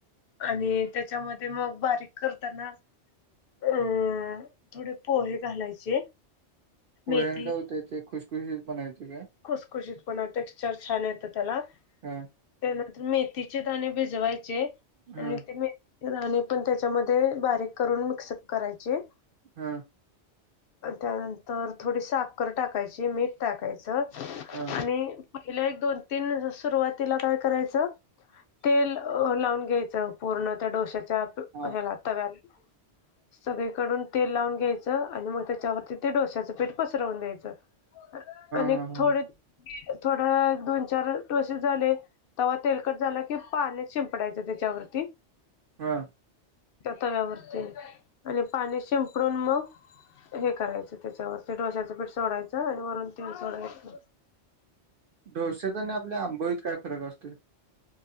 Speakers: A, on the left (about 60°); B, on the right (about 55°).
A: आणि त्याच्यामध्ये मग बारीक करताना अ, थोडे पोहे घालायचे.
B: पोह्यानं
A: मेथी
B: काय होतंय, ते खुशखुशीत पणा येतोय काय.
A: खुसखुशीत पणा, टेक्स्चर छान येतं त्याला.
B: हम.
A: त्यानंतर मेथीचे दाणे भिजवायचे,
B: हा
A: आणि ते मि आणि पण त्याच्यामध्ये बारीक करून मिक्सअप करायची
B: हां
A: त्यानंतर थोडी साखर टाकायची मीठ टाकायचं
B: हा
A: आणि पहिल्या एक दोन तीन सुरुवातीला काय करायचं तेल लावून घ्यायचं पूर्ण त्या डोश्याच्या
B: हा
A: ह्याला तव्याला सगळीकडून तेल लावून घ्यायचं आणि मग त्याच्यावरती ते डोश्याचं पिठ पसरवून द्यायचं. आणि
B: हा हा
A: थोडे, थोडं, दोन चार अ डोसे झालेत. तवा तेलकट झाला कि पाणी शिंपडायचं त्याच्यावरती.
B: हा.
A: त्या तव्यावरती, आणि पाणी शिपडून मग हे करायचं त्याच्यावर, ते डोश्याचं पीठ सोडायचं आणि वरून तेल सोडायचं.
B: डोश्यात आणि आपल्या आंबोळीत काय फरक असतो.